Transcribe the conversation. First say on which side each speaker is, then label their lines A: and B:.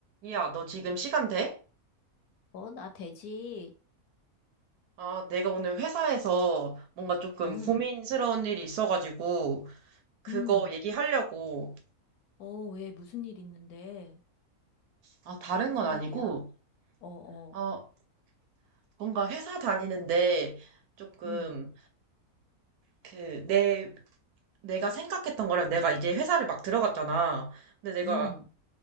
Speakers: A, on the right; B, on the left.
A: 야, 너 지금 시간 돼?
B: 어, 나 되지.
A: 아, 내가 오늘 회사에서 뭔가 조금
B: 음,
A: 고민스러운 일이 있어가지고, 그거
B: 음.
A: 얘기하려고.
B: 어, 왜 무슨 일 있는데?
A: 아, 다른
B: 무슨
A: 건 아니고,
B: 일이야? 어, 어.
A: 어, 뭔가 회사 다니는데 조금,
B: 음,
A: 그, 내, 내가 생각했던 거랑 내가 이제 회사를 막 들어갔잖아. 근데 내가
B: 음.